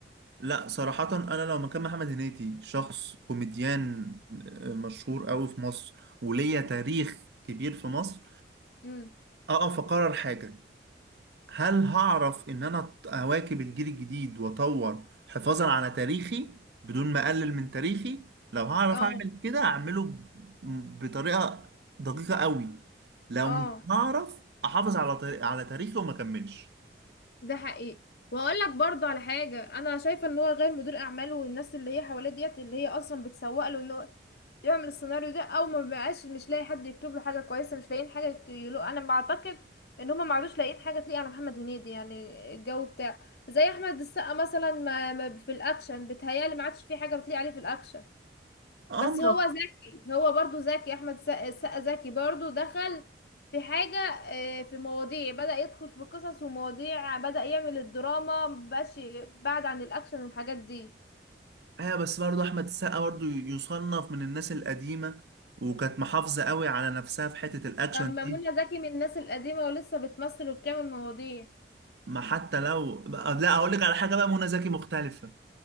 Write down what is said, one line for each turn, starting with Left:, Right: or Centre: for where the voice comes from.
Right: لا صراحة أنا لو مكان محمد هنيدي شخص كوميديان آه، مشهور أوي في مصر وليا تاريخ كبير في مصر
Left: امم
Right: أقف أقرر حاجة هل هعرف إن أنا أواكب الجيل الجديد وأطور حفاظا على تاريخي بدون ما أقلل من تاريخي لو هعرف
Left: اه
Right: أعمل كده أعمله ب- بطريقة دقيقة أوي لو
Left: اه
Right: مش هعرف أحافظ على تاري- على تاريخي وما أكملش
Left: ده حقيقي واقول لك برضه على حاجه انا شايفه ان هو غير مدير اعماله والناس اللي هي حواليه ديت اللي هي اصلا بتسوق له ان هو يعمل السيناريو ده او ما بقاش مش لاقي حد يكتب له حاجه كويسه مش لاقيين حاجه يقولوا انا بعتقد ان هما ما عادوش لاقيين حاجه تليق على محمد هنيدي يعني الجو بتاعه زي احمد السقا مثلا ما ما في الاكشن بتهيالي ما عادش في حاجه بتليق عليه في الاكشن
Right: اه
Left: بس هو ذكي هو برضو ذكي احمد السقا السقا ذكي برضو دخل في حاجة آه، في مواضيع بدأ يدخل في قصص ومواضيع بدأ يعمل الدراما مبقاش بعد عن الأكشن والحاجات دي
Right: ايوه بس برضه احمد السقا برضه يصنف من الناس القديمه وكانت محافظه قوي على نفسها في حته الاكشن
Left: لما
Right: دي
Left: منى زكي من الناس القديمة ولسه بتمثل وبتعمل مواضيع
Right: ما حتى لو بقى- لا اقول لك على حاجه بقى منى زكي مختلفه